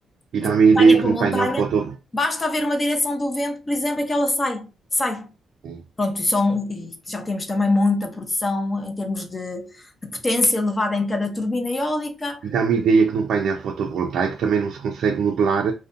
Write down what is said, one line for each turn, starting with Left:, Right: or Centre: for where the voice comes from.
Left: de
Right: e dá-me
Left: montanha
Right: a ideia que
Left: para
Right: num
Left: montanha,
Right: painel foto...
Left: basta haver uma direção do vento, por exemplo, e que ela sai, sai.
Right: é,
Left: Pronto, e, são, e já temos também muita produção em termos de, de potência elevada em cada turbina eólica.
Right: E dá-me a ideia que num painel fotovoltaico também não se consegue modelar